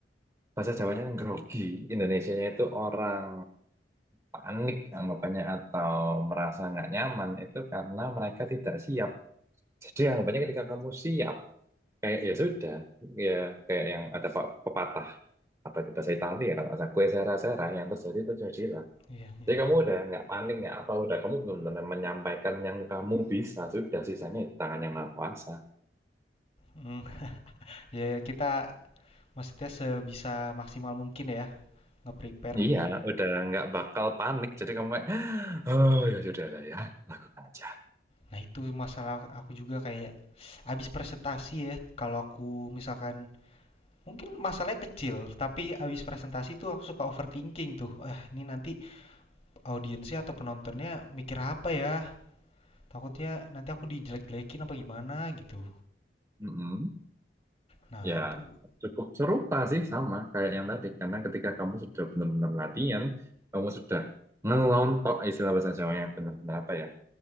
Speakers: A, on the right; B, on the left.
A: bahasa Jawanya yang grogi, Indonesianya itu orang panik anggapannya atau merasa nggak nyaman itu karena mereka tidak siap. Jadi anggapannya ketika kamu siap, Kayak ya sudah, ya kayak yang ada pe- pepatah apa itu bahasa Italia ya kalau nggak kue sera-sera yang terjadi itu jadilah.
B: Iya iya.
A: Jadi kamu udah nggak panik nggak apa udah kamu belum menyampaikan yang kamu bisa sudah sisanya di tangan yang maha kuasa.
B: Mhm. Iya iya, kita maksudnya sebisa maksimal mungkin ya nge-prepare.
A: Iya, udah nggak bakal panik. Jadi kamu kayak, oh ya sudah lah ya, lakukan aja.
B: Nah itu masalah aku juga kayak abis presentasi ya kalau aku misalkan mungkin masalahnya kecil tapi abis presentasi tuh aku suka overthinking tuh. Ah ini nanti audiensnya atau penontonnya mikir apa ya? Takutnya nanti aku dijelek-jelekin apa gimana gitu.
A: Mm-mm.
B: Nah
A: Ya,
B: itu
A: cukup serupa sih sama kayak yang tadi. Karena ketika kamu sudah benar-benar latihan, kamu sudah ngelontok istilah bahasa Jawanya benar-benar apa ya?